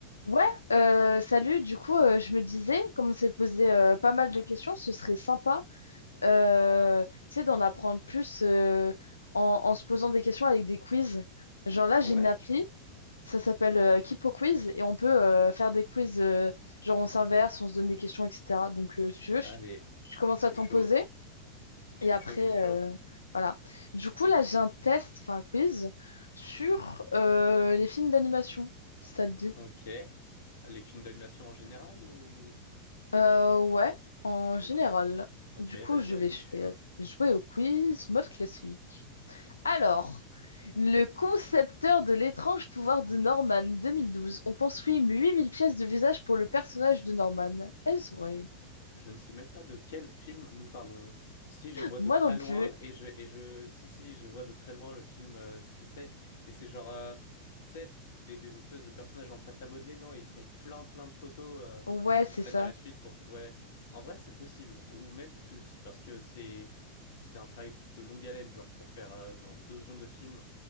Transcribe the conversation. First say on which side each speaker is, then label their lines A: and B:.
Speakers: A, on the left (about 75°); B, on the left (about 60°).
A: Ouais, euh, salut. Du coup, euh, je me disais, comme on s'est posé euh, pas mal de questions, ce serait sympa, euh, tu sais, d'en apprendre plus euh, en, en se posant des questions avec des quiz. Genre là, j'ai
B: Ouais,
A: une appli, ça s'appelle euh, Kipo Quiz, et on peut euh, faire des quiz, euh, genre on s'inverse, on se donne des questions, etc. Donc, euh, si tu veux,
B: allez,
A: je, je commence
B: je suis
A: à t'en
B: chaud,
A: poser,
B: je
A: et
B: suis
A: après,
B: chaud, je suis chaud.
A: euh, voilà. Du coup, là, j'ai un test, enfin un quiz, sur euh, les films d'animation, si ça te dit.
B: Ok. Les films d'animation en général ou...
A: Euh, ouais, en général.
B: Ok, ok,
A: Du coup,
B: vas-y,
A: je
B: vas-y,
A: vais ch-
B: je suis chaud.
A: euh, jouer au quiz mode classique. Alors, le concepteur de l'étrange pouvoir de Norman 2012, on construit 8000 pièces de visage pour le personnage de Norman. Est-ce vrai?
B: Je ne sais même pas de quel film nous parlons. Si je vois
A: Moi
B: de très
A: non
B: loin
A: plus.
B: et je et je si si je vois de très loin le film euh, ce que c'est et c'est genre euh, tu sais des, des espèces de personnages en pâte à modeler non et ils font plein plein de photos euh,
A: Ouais, c'est
B: qu'ils prennent
A: ça.
B: à la suite pour ouais en vrai c'est possible ou même plus parce que c'est c'est un travail de longue haleine genre pour faire euh, genre deux secondes de film